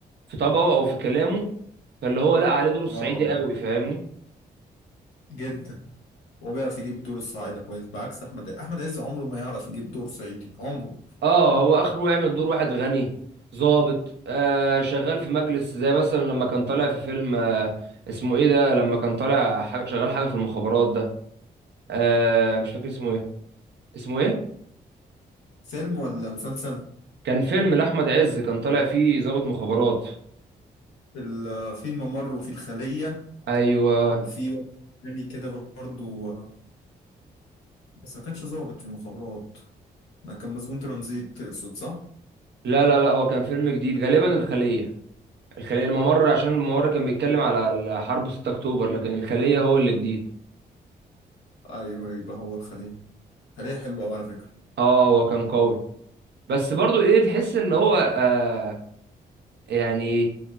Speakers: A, on the right (about 60°); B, on the left (about 80°).
A: في طبعه او في كلامه فاللي هو لا عليه دور الصعيدي
B: اه
A: قوي فاهمني
B: جدا هو بيعرف يجيب الدور الصعيدي كويس بعكس احمد احمد عز عمره ما يعرف يجيب دور صعيدي عمره
A: اه هو اخره يعمل دور واحد غني ظابط آه شغال في مجلس زي مثلا لما كان طالع في فيلم آه اسمه ايه ده لما كان طالع حاجة شغال حاجه في المخابرات ده آه مش فاكر اسمه ايه اسمه ايه
B: فيلم ولا مسلسل
A: كان فيلم لاحمد عز كان طالع فيه ظابط مخابرات
B: ال- في الممر وفي الخلية
A: ايوه
B: وفي واحد تاني كده برضو بس ما كانش ظابط في المخابرات ما كان مسجون ترانزيت تقصد صح؟
A: لا لا لا هو كان فيلم جديد غالبا الخلية الخلية الممر عشان الممر كان بيتكلم على حرب 6 اكتوبر لكن الخلية هو اللي جديد
B: أيوه يبقى هو الخلية خلية حلوة أوي على فكرة
A: اه هو كان قوي بس برضو ايه تحس ان هو آه يعني